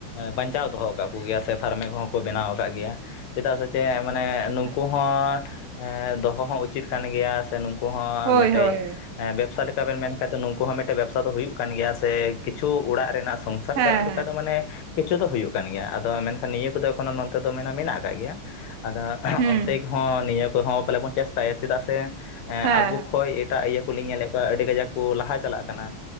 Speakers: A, on the left; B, on the right.
A: ᱵᱟᱧᱪᱟᱣ ᱫᱚᱦᱚ ᱟᱠᱟᱜ ᱠᱚᱜᱮᱭᱟ ᱥᱮ ᱯᱷᱟᱨᱢᱮ ᱠᱚᱦᱚᱸ ᱠᱚ ᱵᱮᱱᱟᱣ ᱟᱠᱟᱫ ᱜᱮᱭᱟ᱾ ᱪᱮᱫᱟᱜ ᱥᱮ ᱪᱮᱫ ᱢᱟᱱᱮ ᱱᱩᱠᱩ
B: ᱦᱳᱭ
A: ᱦᱚᱸ ᱫᱚᱦᱚ ᱦᱚᱸ ᱩᱪᱤᱛ ᱠᱟᱱ ᱜᱮᱭᱟ᱾ ᱥᱮ ᱱᱩᱠᱩ ᱦᱚᱸ
B: ᱦᱳᱭ
A: ᱢᱮᱫᱴᱮᱡ,
B: ᱦᱳᱭ
A: ᱵᱮᱵᱽᱥᱟ ᱞᱮᱠᱟᱵᱮᱱ ᱢᱮᱱ ᱠᱷᱟᱱᱡ ᱫᱚ ᱱᱩᱠᱩ ᱦᱚᱸ ᱢᱤᱫᱴᱮᱱ ᱵᱮᱵᱽᱥᱟ ᱫᱚ ᱦᱩᱭᱩᱜ ᱠᱟᱱ ᱜᱮᱭᱟ ᱥᱮ᱾ ᱠᱤᱪᱷᱩ ᱚᱲᱟᱜ ᱨᱮᱱᱟᱜ ᱥᱚᱝᱥᱟᱨ
B: ᱦᱮᱸ
A: ᱪᱟᱞᱟᱜ
B: ᱦᱮᱸ
A: ᱞᱮᱠᱟ ᱫᱚ ᱢᱟᱱᱮ ᱠᱤᱪᱷᱩ ᱫᱚ ᱦᱩᱭᱩᱜ ᱠᱟᱱ ᱜᱮᱭᱟ, ᱟᱫᱚ ᱢᱮᱱᱠᱷᱟᱱ ᱱᱤᱭᱟᱹ ᱠᱚᱫᱚ ᱮᱠᱷᱚᱱᱚ ᱱᱚᱛᱮ ᱫᱚ ᱢᱮᱱᱟ ᱢᱮᱱᱟᱜ ᱟᱠᱟᱫ ᱜᱮᱭᱟ ᱟᱫᱚ
B: ᱦᱩᱸ
A: ᱚᱱᱛᱮ ᱜᱮᱦᱚᱸ ᱱᱤᱭᱟᱹ ᱠᱚᱦᱚᱸ ᱯᱟᱞᱮ ᱵᱚᱱ ᱪᱮᱥᱴᱟᱭᱟ, ᱪᱮᱫᱟᱜ ᱥᱮ
B: ᱦᱮᱸ
A: ᱟᱵᱚ
B: ᱦᱮᱸ
A: ᱠᱷᱚᱱᱚᱡ ᱮᱴᱟᱜ ᱤᱭᱟᱹ ᱠᱚᱞᱤᱧ ᱧᱮᱞᱮᱫ ᱠᱚᱣᱟ ᱟᱹᱰᱤ ᱠᱟᱡᱟᱠ ᱠᱚ ᱞᱟᱦᱟ ᱪᱟᱞᱟᱜ ᱠᱟᱱᱟ,